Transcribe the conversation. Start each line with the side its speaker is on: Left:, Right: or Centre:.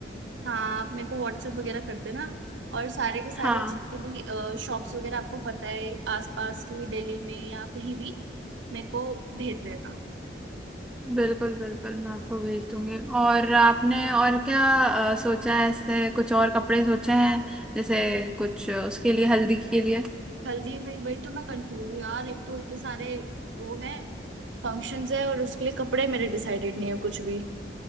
Right: हाँ आप मेरे को व्हाट्सएप वगैरह कर देना और सारे के सारे
Centre: हाँ
Right: जितने भी शॉप्स वगैरह आपको पता है आसपास की दिल्ली में या कहीं भी मेरे को भेज देना
Centre: बिल्कुल बिल्कुल मैं आपको भेज दूंगी और आपने और क्या अ, सोचा है ऐसे कुछ और कपड़े सोचे हैं जैसे कुछ अ, उसके लिए हल्दी के लिए
Right: हल्दी में वही तो मैं कंफ्यूज हूँ यार एक तो इतने सारे वो है फंक्शंस है और उसके लिए कपड़े मेरे डिसाइडेड नहीं है कुछ भी